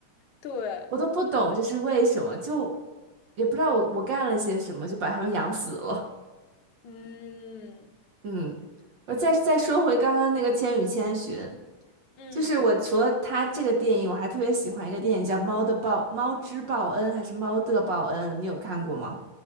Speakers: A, on the left; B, on the right.
A: 对，
B: 我都不懂这是为什么，就也不知道我我干了些什么，就把他们养死了。
A: 嗯
B: 嗯，我再再说回刚刚那个《千与千寻》，
A: 嗯，
B: 就是我除了它这个电影，我还特别喜欢一个电影叫《猫的报》《猫之报恩》还是《猫的报恩》，你有看过吗？